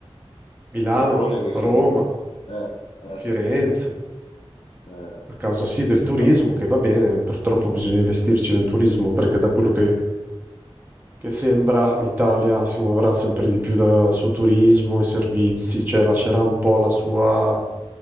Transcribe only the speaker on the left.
sia a Bologna che a Firenze.
Eh, eh
sì, eh.
Ah,